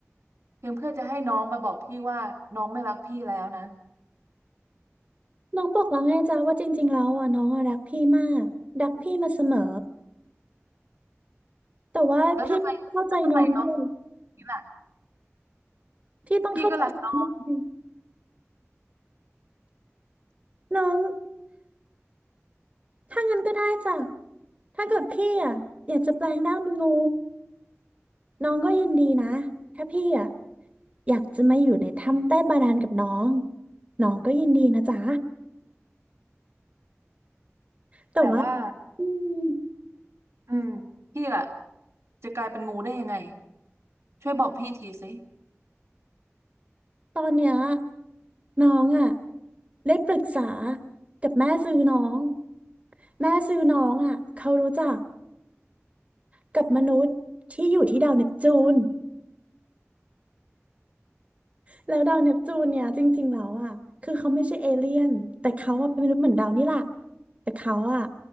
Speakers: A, on the right; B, on the right.
A: เพียงเพื่อจะให้น้องมาบอกพี่ว่าน้องไม่รักพี่แล้วนะ
B: น้องบอกแล้วไงจ๊ะว่าจริงๆแล้วอะน้องอะรักพี่มากรักพี่มาเสมอแต่ว่าพี่เข้าใจน้องด้วย
A: แล้วทำไมแล้วทำไมน้อง นี่แหละ
B: พี่ต้องเข้าใจน้องด้วย
A: พี่ก็รักน้อง
B: น้องถ้างั้นก็ได้จ้ะ ถ้าเกิดพี่อ่ะอยากจะแปลงร่างเป็นงูน้องก็ยินดีนะ ถ้าพี่อ่ะอยากจะมาอยู่ในถ้ำใต้บาดาลกับน้องน้องก็ยินดีนะจ๊ะแต่ว่า
A: แต่ว่า
B: อืม
A: อืมพี่ล่ะจะกลายเป็นงูได้ยังไงช่วยบอกพี่ทีสิ
B: ตอนเนี้ยน้องอ่ะได้ปรึกษากับแม่ซื้อน้องแม่ซื้อน้องอ่ะเขารู้จักกับมนุษย์ที่อยู่ที่ดาวเนปจูน แล้วดาวเนปจูนเนี่ยจริงๆแล้วอ่ะคือเขาไม่ใช่เอเลี่ยนแต่เขาอ่ะเป็นมนุษย์เหมือนดาวนี่แหละแต่เขาอ่ะ